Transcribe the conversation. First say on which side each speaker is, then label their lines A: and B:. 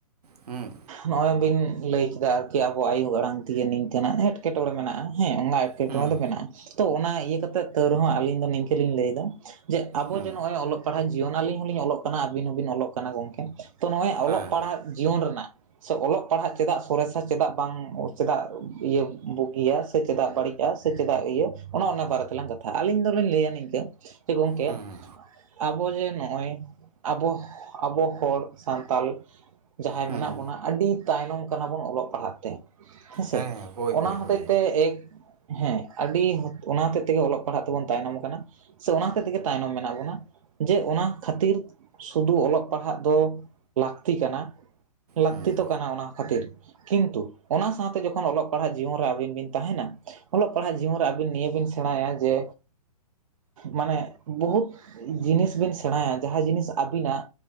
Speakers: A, on the right; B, on the right.
A: ᱦᱩᱸ
B: ᱱᱚᱸᱜᱼᱚᱭ ᱵᱤᱱ ᱞᱟᱹᱭ ᱠᱮᱫᱟ᱾ ᱟᱨ ᱠᱤ ᱟᱵᱚᱣᱟᱜ ᱟᱭᱳ ᱟᱲᱟᱝ ᱛᱮᱜᱮ ᱱᱤᱝᱠᱟᱹᱱᱟᱜ ᱮᱸᱴᱠᱮᱴᱚᱬᱮ ᱢᱮᱱᱟᱜᱼᱟ᱾ ᱦᱮᱸ ᱚᱱᱟ ᱮᱸᱴᱠᱮᱴᱚᱬᱮ
A: ᱦᱩᱸ
B: ᱫᱚ ᱢᱮᱱᱟᱜ-ᱟ, ᱛᱳ ᱚᱱᱟ ᱤᱭᱟᱹ ᱠᱟᱛᱮᱫ ᱛᱟᱣ ᱨᱮᱦᱚᱸ ᱟᱹᱞᱤᱧ ᱫᱚ ᱱᱤᱝᱠᱟᱹ ᱞᱤᱧ ᱞᱟᱹᱭᱫᱟ, ᱡᱮ, ᱟᱵᱚ
A: ᱦᱩᱸ
B: ᱡᱮ ᱱᱚᱸᱜ-ᱚᱭ ᱚᱞ ᱯᱟᱲᱦᱟᱜ ᱡᱤᱭᱚᱱ ᱟᱹᱞᱤᱧ ᱦᱚᱸᱞᱤᱧ ᱚᱞᱚᱜ ᱠᱟᱱᱟ, ᱟᱹᱵᱤᱱ ᱦᱚᱸᱵᱤᱱ ᱚᱞᱚᱜ ᱠᱟᱱᱟ ᱜᱚᱝᱠᱮ ᱛᱚ ᱱᱚᱜᱼᱚᱭ ᱚᱞᱚᱜ
A: ᱦᱮᱸ
B: ᱯᱟᱲᱦᱟᱜ ᱡᱤᱭᱚᱱ ᱨᱮᱱᱟᱜ ᱥᱮ ᱚᱞᱚᱜ ᱯᱟᱲᱦᱟᱜ ᱪᱮᱫᱟᱜ ᱥᱚᱨᱮᱥᱟ ᱪᱮᱫᱟᱜ ᱵᱟᱝ ᱪᱮᱫᱟᱜ ᱤᱭᱟᱹ ᱵᱩᱜᱤᱭᱟ ᱥᱮ ᱪᱮᱫᱟᱜ ᱵᱟᱹᱲᱤᱡ ᱥᱮ ᱪᱮᱫᱟᱜ ᱤᱭᱟᱹ, ᱚᱱᱮ ᱚᱱᱟ ᱵᱟᱨᱮ ᱛᱮᱞᱟᱝ ᱠᱟᱛᱷᱟᱜᱼᱟ᱾ ᱟᱹᱞᱤᱧ ᱫᱚᱞᱤᱧ ᱞᱟᱹᱭᱟ ᱱᱤᱝᱠᱟᱹ ᱡᱮ ᱜᱚᱝᱠᱮ
A: ᱦᱩᱸ
B: ᱟᱵᱚ ᱡᱮ ᱱᱚᱜᱼᱚᱭ ᱟᱵᱚ ᱟᱵᱚ ᱦᱚᱲ ᱥᱟᱱᱛᱟᱞ ᱡᱟᱦᱟᱸᱭ
A: ᱦᱩᱸ
B: ᱢᱮᱱᱟᱜ ᱵᱚᱱᱟ ᱟᱹᱰᱤ ᱛᱟᱭᱱᱚᱢ ᱠᱟᱱᱟ ᱵᱚᱱ ᱚᱞᱚᱜ ᱯᱟᱲᱦᱟᱜ ᱛᱮ ᱦᱮᱸᱥᱮ,
A: ᱦᱮᱸ ᱦᱳᱭ
B: ᱚᱱᱟ
A: ᱦᱳᱭ
B: ᱦᱚᱛᱮᱡ
A: ᱦᱳᱭ
B: ᱛᱮ ᱮᱠ ᱦᱮᱸ ᱟᱹᱰᱤ ᱚᱱᱟ ᱦᱚᱛᱮᱫ ᱛᱮᱜᱮ ᱚᱞᱚᱜ ᱯᱟᱲᱦᱟᱜ ᱛᱮᱵᱚᱱ ᱛᱟᱭᱱᱚᱢ ᱠᱟᱱᱟ᱾ ᱥᱮ ᱚᱱᱟ ᱦᱚᱛᱮᱜ ᱛᱮᱜᱮ ᱛᱟᱭᱱᱚᱢ ᱢᱮᱱᱟᱜ ᱵᱚᱱᱟ, ᱡᱮ ᱚᱱᱟ ᱥᱩᱫᱩ ᱚᱞᱚᱜ ᱯᱟᱲᱦᱟᱜ ᱫᱚ ᱞᱟᱹᱠᱛᱤ ᱠᱟᱱᱟ᱾ ᱞᱟᱹᱠᱛᱤ
A: ᱦᱩᱸ
B: ᱫᱚ ᱠᱟᱱᱟ ᱚᱱᱟ ᱠᱷᱟᱹᱛᱤᱨ, ᱠᱤᱱᱛᱩ ᱚᱱᱟ ᱥᱟᱸᱶᱛᱮ ᱡᱚᱠᱷᱚᱱ ᱚᱞᱚᱜ ᱯᱟᱲᱦᱟᱜ ᱡᱤᱭᱚᱱ ᱨᱮ ᱟᱹᱵᱤᱱ ᱵᱤᱱ ᱛᱟᱦᱮᱸᱱᱟ, ᱚᱞᱚᱜ ᱯᱟᱲᱦᱟᱜ ᱡᱤᱭᱚᱱ ᱨᱮ ᱟᱹᱵᱤᱱ ᱱᱤᱭᱟᱹ ᱵᱤᱱ ᱥᱮᱬᱟᱭᱟ ᱡᱮ ᱢᱟᱱᱮ ᱵᱚᱦᱩᱛ ᱡᱤᱱᱤᱥ ᱵᱤᱱ ᱥᱮᱬᱟᱭᱟ ᱾ ᱡᱟᱦᱟᱸ ᱡᱤᱱᱤᱥ ᱟᱹᱵᱤᱱᱟᱜ